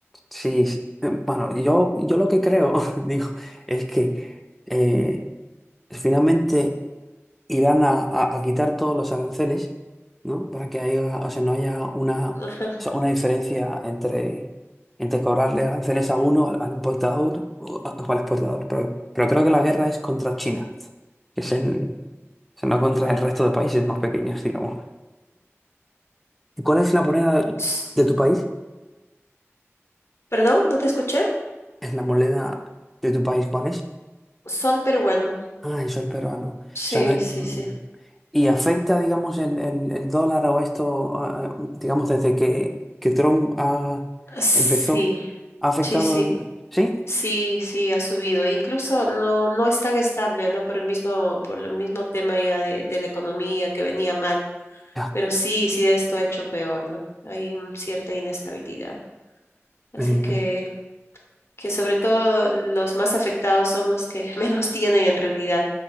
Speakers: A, in the centre; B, on the left.
A: sí, sí, eh, bueno, yo, yo lo que creo, <laughs> digo, es que eh, finalmente irán a, a- a quitar todos los aranceles, ¿no? Para que haya, o sea, no haya una, o
B: Ajá.
A: sea, una diferencia entre, entre cobrarle aranceles a uno, al, al importador o, a- o al exportador. Pero, pero creo que la guerra es contra China, que es el, O sea, no contra el resto de países más pequeños, digamos. ¿Y cuál es la moneda
B: Ps,
A: de tu país?
B: Perdón, no te escuché.
A: ¿Es la moneda de tu país cuál es?
B: Sol peruano.
A: Ah, el sol peruano. O
B: Sí,
A: sea, no-
B: sí,
A: mm.
B: sí.
A: ¿y afecta, digamos, el, el- el dólar o esto, ah, digamos, desde que, que Trump ah,
B: Sí,
A: empezó? ¿Ha afectado
B: sí, sí.
A: el...? ¿Sí?
B: Sí, sí, ha subido. Incluso no, no es tan estable, ¿no? Por el mismo, por el mismo tema ya de, de la economía que venía mal.
A: Ya,
B: Pero sí, sí, esto ha hecho peor, ¿no? Hay un- cierta inestabilidad. Así
A: venga.
B: que, que sobre todo los más afectados son los que <laughs> menos tienen en realidad,